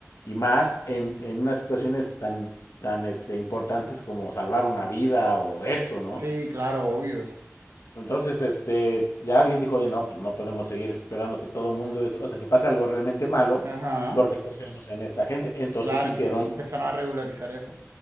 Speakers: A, on the left; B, on the right.
A: Y más en, en unas situaciones tan, tan este, importantes como salvar una vida o eso, ¿no?
B: Sí, claro, obvio.
A: Entonces, este, ya alguien dijo, oye, no, pues no podemos seguir esperando que todo mundo, es- hasta que pase algo realmente malo,
B: Ajá.
A: porque confiamos en esta gente. Entonces
B: Claro,
A: hicieron
B: em- empezaron a regularizar eso.